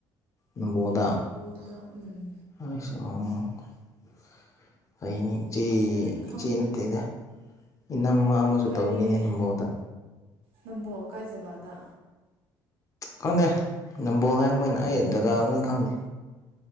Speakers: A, on the left (about 35°); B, on the right (about 75°).
A: ꯅꯝꯕꯣꯗ
B: ꯅꯝꯕꯣꯜꯗ ꯎꯝ
A: ꯑꯁꯨ <unintelligible> ꯑꯩꯅꯤ ꯆꯤ
B: ꯁꯤꯗꯗꯤ ꯐꯪ
A: ꯆꯤ ꯅꯠꯇꯦꯗ ꯅꯝꯃ ꯑꯃꯁꯨ
B: ꯀꯔꯤ
A: ꯇꯧꯅꯤꯅꯦ ꯅꯝꯕꯣꯗ
B: ꯅꯝꯕꯣꯜ ꯀꯥꯏ ꯖꯒꯥꯗ
A: ꯈꯪꯗꯦ ꯅꯝꯕꯣꯜ ꯍꯥꯏ ꯃꯣꯏꯅ ꯑꯩ ꯖꯒꯥ ꯂꯧꯅꯤ ꯈꯪꯗꯦ